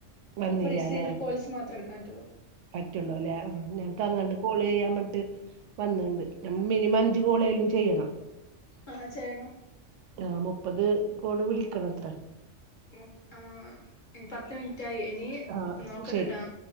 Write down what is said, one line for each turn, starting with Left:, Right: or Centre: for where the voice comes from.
Right: വന്നില്ലല്ലെ
Left: അപ്പൊ റിസീവർ കോൾസ് മാത്രം എടുക്കാൻ പ
Right: പറ്റുള്ളൂ അല്ലേ? ഞങ് ക്ക് അങ്ങട്ട് കോളിയ്യാൻ വിട്ട് വന്ന്ണ്ട് നമ് മിനിമം അഞ്ച് കോളേലും ചെയ്യണം.
Left: ആ ചെയ്യണം
Right: ആ മുപ്പത് കോള് വിളിക്കണത്രേ.
Left: മു ആ നി പത്ത് മിനിറ്റായി ഇനി
Right: ആ
Left: നോക്കട്ടട്ടാ
Right: ശരി